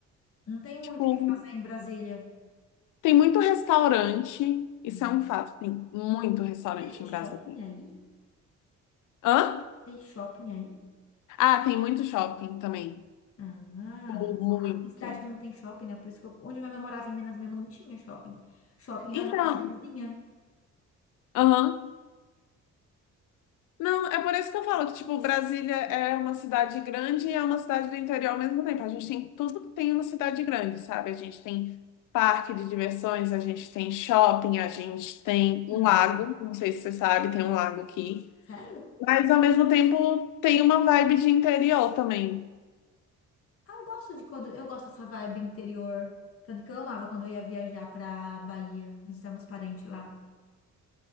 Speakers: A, on the left; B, on the left.
A: Não tem
B: Tipo,
A: muito o que fazer em Brasília.
B: tem muito restaurante, isso
A: Hum.
B: é um fato, tem muito restaurante
A: Tem shopping
B: em Brasília.
A: aí?
B: Hã?
A: Tem shopping aí?
B: Ah, tem muito shopping também.
A: Ah,
B: Mu-
A: menos mal.
B: Muito.
A: Tem cidade que não tem shopping, né? Por isso que eu, onde minha mãe morava em Minas mesmo não tinha shopping. Shopping era
B: Então,
A: na cidade vizinha.
B: aham. Não, é por isso que eu falo que, tipo, Brasília é uma cidade grande e é uma cidade do interior ao mesmo tempo. A gente tem tudo que tem uma cidade grande, sabe? A gente tem parque de diversões, a gente tem shopping, a gente tem
A: Hum.
B: um lago, não sei se você sabe, tem um lago aqui.
A: Sério?
B: Mas, ao mesmo tempo, tem uma vibe de interior também.
A: Ah, eu gosto de quando. Eu gosto dessa vibe interior. Tanto que eu amava quando eu ia viajar pra Bahia, visitar meus parentes lá.